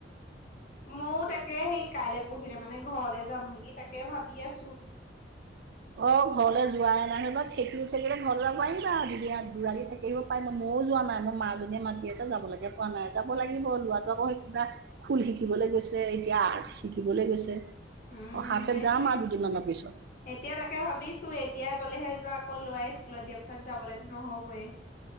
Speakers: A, on the left; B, on the right.
A: ময়ো তাকে সেই কাইলৈ পৰহিলে মানে ঘৰলৈ যাম নেকি তাকে ভাবি আছো।
B: অ', ঘৰলৈ যোৱাই নাই খেতি উম খেতি ঘৰ আহিবা আৰু দ থাক কি পাৰিব মইও যোৱা নাই মোৰ মাজনীয়ে মাতি আছে যাবলৈকে পোৱা নাই যাব লাগিব লৰাটো আকৌ সেই কিবা খোল শিকিবলৈ গৈছে এতিয়া আৰ্ট শিকিবলৈ গৈছে। অ',
A: উম
B: হা
A: সেইটোৱে।
B: যাম আৰু দুদিনমানৰ পিছত।
A: এতিয়া তাকে ভাবিছো এতিয়া গ'লেহে যোৱা আকৌ ল'ৰাই স্কুলত দিয়া পিছত যাবলেতো নহ'বই।